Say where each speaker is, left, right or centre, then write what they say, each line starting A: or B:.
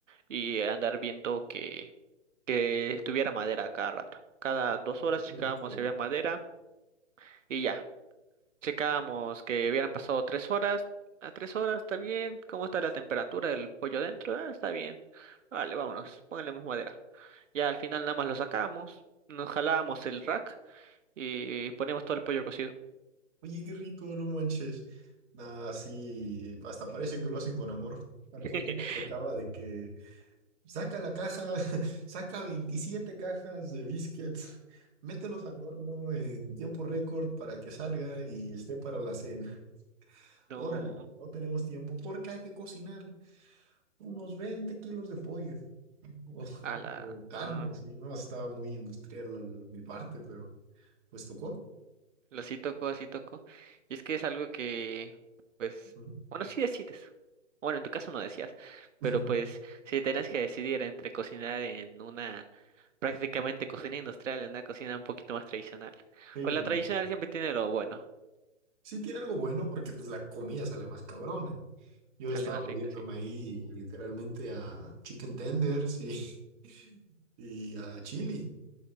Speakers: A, on the right; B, on the right.
A: y andar viendo que, que tuviera madera a cada rato. Cada dos
B: Oye,
A: horas checábamos
B: qué rico,
A: si había madera y ya. Checamos que hubieran pasado tres horas. A tres horas está bien. ¿Cómo está la temperatura del pollo dentro? Ah, está bien. Vale, vámonos. Pónganle más madera. Ya al final nada más lo sacamos. Nos jalamos el rack y ponemos todo el pollo cocido.
B: Oye, qué rico, no manches. Nah, sí, hasta parece que lo hacen con amor. A nosotros
A: <laughs>
B: nos tocaba de que saca la caja, <laughs> saca 27 cajas de biscuits, mételos al horno en tiempo récord para que salga y esté para la cena.
A: No,
B: Órale, no tenemos tiempo porque hay que cocinar unos 20 kilos de pollo <laughs> o,
A: a la
B: o carne,
A: no, pues,
B: sí. No, estaba muy industrial la- mi parte, pero pues tocó.
A: lo sí tocó, así tocó. Y es que es algo que, pues,
B: ¿no?
A: bueno, sí decides. Bueno, en tu caso no decías,
B: <laughs>
A: pero pues, si tenías que decidir entre cocinar en una prácticamente cocina industrial, en una cocina un poquito más tradicional.
B: Sí,
A: Pues la
B: no.
A: tradicional siempre tiene lo bueno,
B: Sí tiene algo bueno porque pues la comida sale más cabrona. Yo
A: sale
B: estaba
A: más
B: muriéndome
A: rica, sí.
B: ahí literalmente a chicken tenders y, <laughs> y a chili.